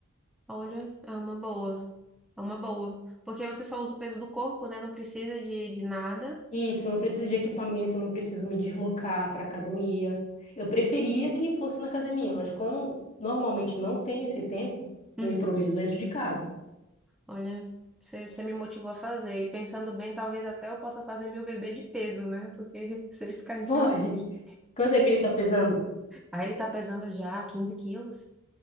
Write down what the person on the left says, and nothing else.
Isso, não preciso de equipamento, não preciso me deslocar para academia. Eu preferia que fosse na academia, mas como normalmente não tem esse tempo,
eu improviso dentro de casa. <laughs>
Pode.
Quanto é que ele tá pesando?